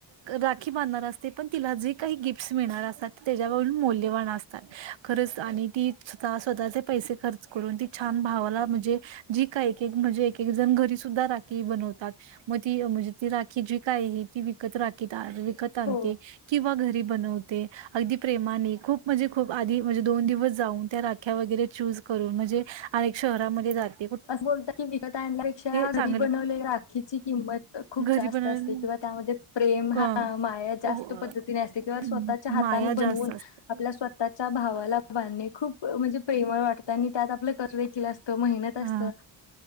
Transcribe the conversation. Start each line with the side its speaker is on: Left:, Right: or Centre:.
Right: राखी बांधणार असते पण तिला जे काही गिफ्टस मिळणार असतात, त्याच्यावरून मौल्यवान असतात, खरच आणि ती स्वतः स्वतःचे पैसे खर्च करून ती छान भावाला म्हणजे जी का म्हणजे एक एकजण घरी सुद्धा राखी बनवतात. मग ती म्हणजे ती राखी जी काय आहे ती विकत राखी विकत आणते
Left: हो
Right: किंवा घरी बनव ते अगदी प्रेमाने खुप म्हणजे खुप आधी म्हणजे दोन दिवस जाऊन त्या राख्या वगैरे चुज करून जे अनेक शहरामध्ये जात
Left: असं बोलतात की विकत आणल्या पेक्षा घरी
Right: चांगलं
Left: बनवले राखीची किंमत खूप
Right: घरी
Left: जास्त
Right: बनवलेली
Left: असते किंवा त्यामध्ये प्रेम
Right: क
Left: हा माया जास्त
Right: ओ हं,
Left: पद्धतीने असते किंवा स्वतः हाताने
Right: माया जास्त
Left: बनवून
Right: असते.
Left: आपल्या स्वतःच्या भावाला
Right: अ
Left: बांधूने खूप म्हणजे प्रेमळ वाटत आणि त्यात आप <unintelligible> असत मेहनत असतं.
Right: हा